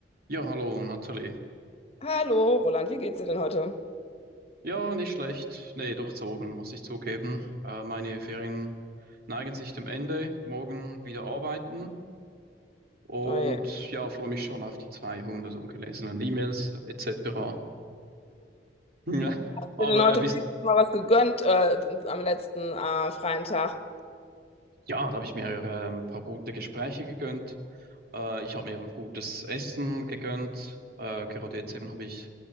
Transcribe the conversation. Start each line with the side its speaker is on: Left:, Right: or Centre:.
Right: Ja, hallo, Natalie.
Left: Hallo, Roland, wie geht's dir denn heute?
Right: Ja, nicht schlecht. Nee, durchzogen, muss ich zugeben. Äh, meine Ferien neigen sich dem Ende. Morgen wieder arbeiten. Und
Left: Oh je. Hast
Right: ja, freue mich schon auf die 200 ungelesenen E-Mails äh, etc. <laughs> Ja, aber
Left: du dir denn heute
Right: äh, bis,
Left: wenigstens mal was gegönnt äh, am letzten äh, freien Tag?
Right: ja, da habe ich mir äh, ein paar gute Gespräche gegönnt. Äh, ich habe mir ein gutes Essen gegönnt. Äh, gerade jetzt eben habe ich